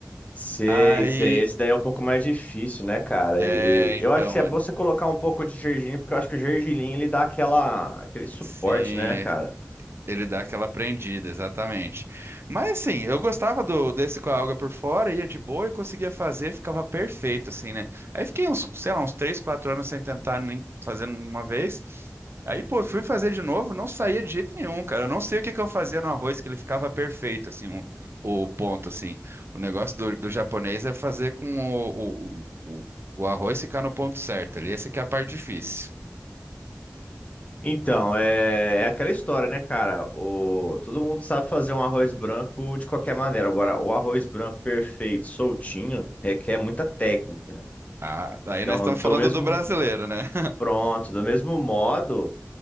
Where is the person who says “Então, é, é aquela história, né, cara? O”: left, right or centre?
Left